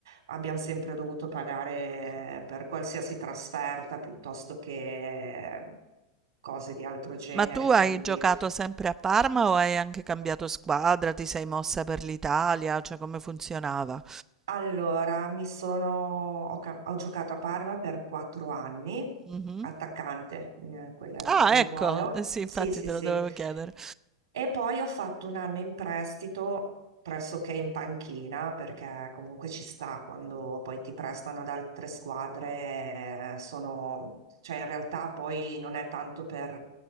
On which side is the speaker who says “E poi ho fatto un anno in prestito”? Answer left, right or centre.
Right